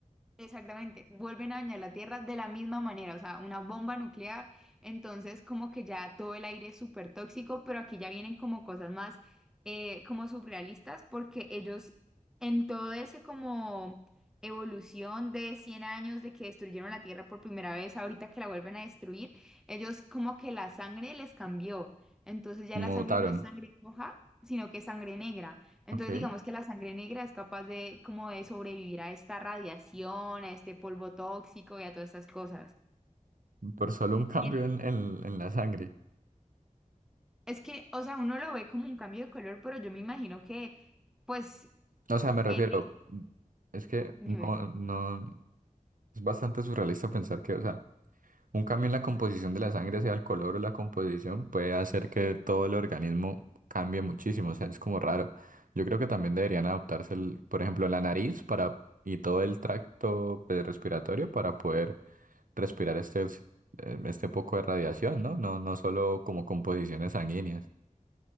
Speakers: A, in the centre; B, on the right.
A: Exactamente, vuelven a dañar la Tierra de la misma manera, o sea, una bomba nuclear, entonces como que ya todo el aire es súper tóxico, pero aquí ya vienen como cosas más eh, como surrealistas, porque ellos en todo ese como evolución de 100 años de que destruyeron la Tierra por primera vez, ahorita que la vuelven a destruir, ellos como que la sangre les cambió, entonces ya
B: Mutaron.
A: la sangre no es sangre roja, sino que es sangre negra. Entonces,
B: Ok.
A: digamos que la sangre negra es capaz de como de sobrevivir a esta radiación, a este polvo tóxico y a todas estas cosas.
B: Por solo un cambio
A: Y
B: en, en, en la sangre.
A: Es que, o sea, uno lo ve como un cambio de color, pero yo me imagino que, pues,
B: O sea, me refiero,
A: en la his-
B: es que
A: dime,
B: no, no, es bastante surrealista pensar que, o sea, Un cambio en la composición de la sangre, sea el color o la composición, puede hacer que todo el organismo cambie muchísimo, o sea, es como raro. Yo creo que también deberían adaptarse, el- por ejemplo, la nariz para, y todo el tracto pues, respiratorio para poder respirar este, ox- eh, este poco de radiación, ¿no? No, no solo como composiciones sanguíneas.